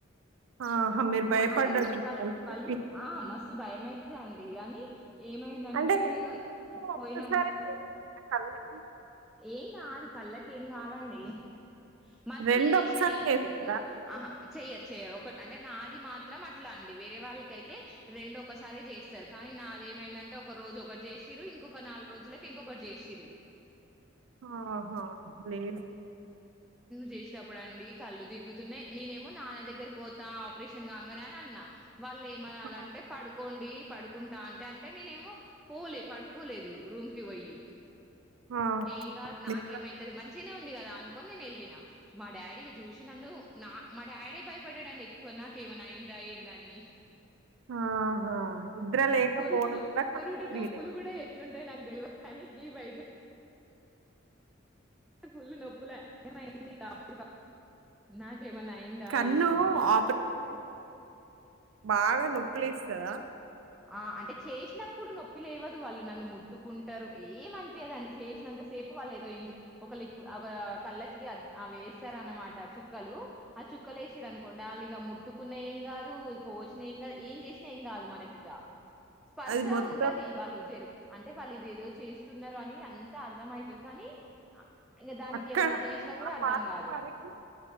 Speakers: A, on the right; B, in the centre.
A: ఆహా! మీరు
B: మ
A: భయపడ్డట్టున్నారు.
B: అంటే ని వాళ్ వాళ్ళు
A: అందుకే
B: ఆ మస్తు భయమాయితది అండి అని ఏమైందంటే
A: అంటే రెండు
B: నేను
A: ఒక్కసారే
B: పోయినాను
A: చేస్తారా కళ్ళకి
B: ఎం గాదు కళ్ళకి ఏం గాదండి మత్త్
A: రెండు
B: ఇంజెక్షన్
A: ఒకసారి
B: ఎయ్యరు
A: చేస్తారా
B: ఆహా చెయ్యరు చెయ్యరు ఒక నాది మాత్రం అట్లా అండి వారేవాళ్లకి అయితే రెండు ఒక్కసారేయ్ జెస్తారు నాదేం ఏమైంది అంతే నాలోరోజులకి ఒక్కటి చేసిండ్రు ఇంకో నాలురోజులకి ఇంకోటి చేసిండ్రు
A: ఆహా హ లే
B: జేసినపుడు అండి కళ్ళు తిరుగునాయి నేను ఏమో నాన్న దగ్గర కీ పోత ఆపరేషన్ కంగానే వాళ్ళు ఏమనాలంటే
A: ట్రీట్మెంట్
B: పడుకోండి పడుకుంటా అంటే అంటే నేనేమో పోలే పడుకోలేదు రూమ్ కి పోయి
A: ఆ
B: ఏం కాదు నాకేమైతది
A: నిద్ర
B: మంచి చిగనే ఉంది కదా అనుకొని నేను వెళ్ళిన మా డాడీగ చూసి నన్ను నా మా డాడీ భయపడాడండి ఎక్కువ నాకమన్నా అయింద ఏందని
A: ఆహా నిద్ర లేకపోవడం
B: పురుడులు
A: వల్ల
B: పురుడు
A: కళ్ళు తిరిగినయి
B: నొప్పులు కూడా ఎట్లుంటాయో నాకు తెలువదు కాని గీ వైతె పుల్లు నొప్పుల భయమైంది అప్పుటికప్పుడు ఎమన్నా అయిందా
A: కన్ను
B: ఏందని
A: ఆపరేషన్ బాగా నొప్లేస్తదా
B: ఆ అంటే చేసినప్పుడు నొప్పి లేవదు వాళ్ళు నన్ను ముట్టుకుంటారు ఏమనిపియదండి చేసినంత సే వాళ్ళు ఏదో ఇం ఒక లిక్వి కళ్ళకి అవేస్తారన్నమాట చుక్కలు ఆ చు క్కలేసిరనుకోండి వాళ్ళు ఇగ ముట్టుకున్న ఏం కాదు కోసిన ఏం కాదు ఏం చేసినా ఏం కాదు మనకి ఇగా స్పర్శ
A: అది మొత్తం
B: ఉంటది వాళ్ళు జరుగు అంటే వాళ్ళు ఇదేదో చేస్తున్నరు అని అంత అర్థం అయితది కానీ ఇంకా దానికి
A: అక్కడ
B: ఏమైనా చేసినా కూడా
A: ఆ
B: అర్ధం
A: పార్ట్
B: కాదు
A: వరకి